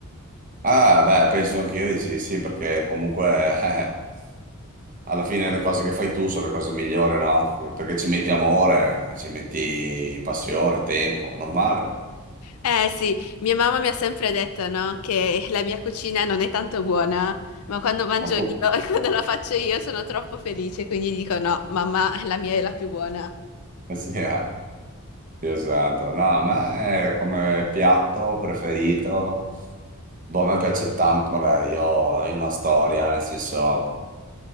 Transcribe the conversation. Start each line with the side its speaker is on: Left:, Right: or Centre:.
Right: Ah, beh, penso anch'io di sì, sì, perché comunque... <laughs> alla fine le cose che fai tu sono le cose migliori, no? Perché ci metti amore, ci metti passione, tempo, normale.
Left: Eh sì, mia mamma mi ha sempre detto, no, che la mia cucina non è tanto buona, ma quando mangio
Right: Ma tu?
Left: io
Right: <laughs>
Left: <laughs> e quando la faccio io sono troppo felice, quindi dico no, mamma, la mia è la più buona.
Right: Eh Sì, eh. Dio santo. No, a me come piatto preferito, boh, a me piace tanto, vabbè, io ho una storia, nel senso,